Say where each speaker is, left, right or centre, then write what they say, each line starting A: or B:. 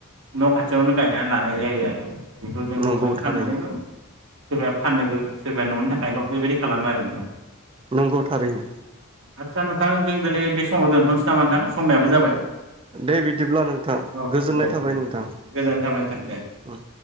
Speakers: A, on the right; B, on the right.
A: न' खाथियावनो गायना लानाय जायो आरो। बिखौ जों
B: नंगौ
A: उनावहाय। फाननानैबो
B: थारैनो
A: गोबां फाननोबो सोरबाया न'नि थाखायल' बेबायदि खालामो आरो नोंथां।
B: नंगौ थारैनो
A: आतसा नोंथां जों दोनै बे समाव दोनथ'सै नामा? नोंथां समायाबो जाबाय।
B: दे बिदिब्ला नोंथां
A: औ
B: गोजोननाय
A: दे
B: थाबाय
A: दे
B: नोंथां
A: दे
B: ओम।
A: गोजोननाय थाबाय नोंथां दे